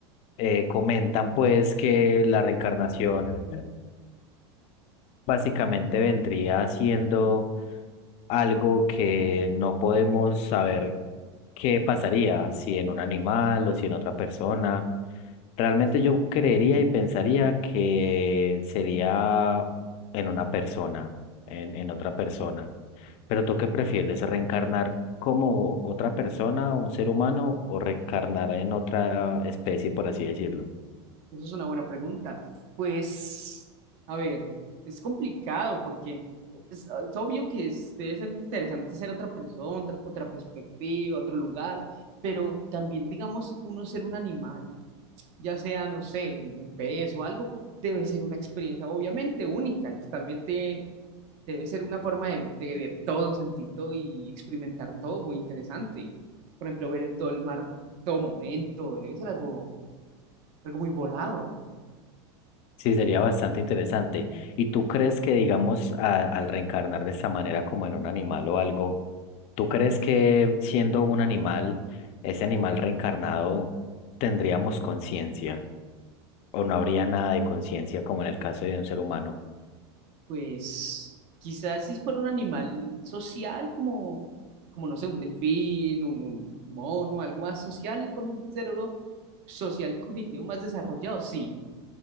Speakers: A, on the left; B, on the right.
A: eh, comentan pues que la reencarnación básicamente vendría siendo algo que no podemos saber qué pasaría, si en un animal o si en otra persona. Realmente yo creería y pensaría que sería en una persona, en, en otra persona. Pero ¿tú qué prefieres? ¿Reencarnar como otra persona, un ser humano, o reencarnar en otra especie, por así decirlo?
B: Esa es una buena pregunta. Pues, a ver, es complicado porque es, ah, es obvio que es- debe ser interesante ser otra persona, otra, otra perspectiva, otro lugar, pero también, digamos, uno ser un animal, ya sea, no sé, un, un pez o algo, debe ser una experiencia obviamente única, totalmente Debe ser una forma de, de ver todo, sentir todo y experimentar todo muy interesante. Por ejemplo, ver el- todo el mar, todo momento, debe ser algo, algo muy volado.
A: Sí, sería bastante interesante. ¿Y tú crees que, digamos, a- al reencarnar de esta manera como en un animal o algo, ¿tú crees que siendo un animal, ese animal reencarnado, tendríamos conciencia? o no habría nada de conciencia como en el caso de un ser humano.
B: Pues quizás si fuera un animal social como, como no sé, un delfín, un, un mono, algo más social, con un cerebro social y cognitivo más desarrollado, sí.